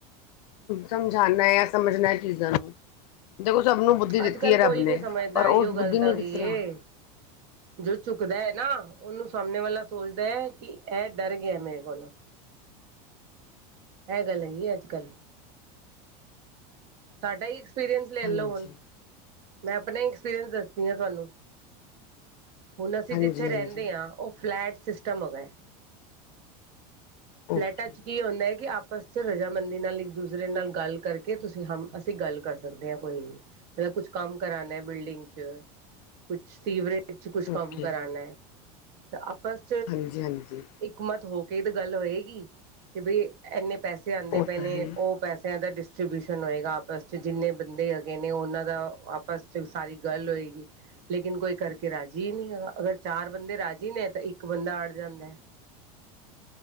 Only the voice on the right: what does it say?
ਅੱਜ ਕੱਲ੍ਹ
ਕੋਈ
ਨਹੀਂ ਸਮਝਦਾ
ਇਹੀਓ ਗੱਲ
ਤਾਂ
ਹੈਗੀ
ਏ ਜੋ ਝੁਕਦਾ ਹੈ ਨਾ ਉਹਨੂੰ ਸਾਹਮਣੇ ਵਾਲਾ ਸੋਚਦਾ ਹੈ ਕਿ ਇਹ ਡਰ ਗਿਆ ਮੇਰੇ ਕੋਲ ਇਹ ਗੱਲ ਹੈਗੀ ਹੈ ਅੱਜ ਕੱਲ੍ਹ। ਸਾਡਾ ਹੀ ਐਕਸਪੀਰੀਅੰਸ ਲੈ
ਲਓ ਹੁਣ। ਮੈਂ ਆਪਣਾ ਐਕਸਪੀਰੀਅੰਸ ਦੱਸਦੀ ਹਾਂ ਤੁਹਾਨੂੰ ਹੁਣ ਅਸੀਂ
ਜਿੱਥੇ ਰਹਿੰਦੇ
ਹਾਂ। ਉਹ ਫਲੈਟ ਸਿਸਟਮ ਹੋ ਗਿਆਏ
ਫਲੈਟਾਂ ਚ ਕੀ ਹੁੰਦਾ ਹੈ ਕਿ ਆਪਸ ਫਰਜਾਮੰਦੀ ਨਾਲ ਇੱਕ ਦੂਸਰੇ ਨਾਲ ਗੱਲ ਕਰਕੇ ਤੁਸੀਂ ਹੀ ਅਸੀਂ ਗੱਲ ਕਰ ਸਕਦੇ ਹਾਂ ਕੋਈ ਵੀ ਮਤਲਬ ਕੁਛ ਕੰਮ ਕਰਾਣਾ ਬਿਲਡਿੰਗ ਚ ਕੁਛ ਸੀਵਰੇਜ ਫਿਰ ' ਕੁਛ ਕੰਮ
ਕਰਉਣਾ ਹੈ ਤਾਂ ਆਪਸ
ਹੁਕਮਤ ਹੋ ਕੇ ਤੇ ਗੱਲ ਹੋਏਗੀ ਕਿ ਬਈ ਇੰਨੇ ਪੈਸੇ ਤੇ ਆਉਂਦੇ
ਪਏ
ਨੇ
ਉਹ ਪੈਸਿਆਂ ਦਾਸ ਡਿਸਟਬਿਊਸ਼ਨ ਹੋਏਗਾ ਆਪਸ ਚਚ ਜਿੰਨੇ ਬੰਦੇ ਹੈਗੇ ਨੇ ਉਹਨਾਂ ਦਾ ਆਪਸ ਚ ਸਾਰੀ ਗੱਲ ਹੋਏਗੀ। ਲੇਕਿਨ ਕੋਈ ਕਰਕੇ ਰਾਜ਼ੀ ਨਹੀਂ ਹੈਗਾ ਅਗਰ ਚਾਰ ਬੰਦੇ ਰਾਜ਼ੀ ਨੇ ਤਾਂ ਇੱਕ ਬੰਦਾ ਅੜ ਜਾਂਦਾ ਹੈ।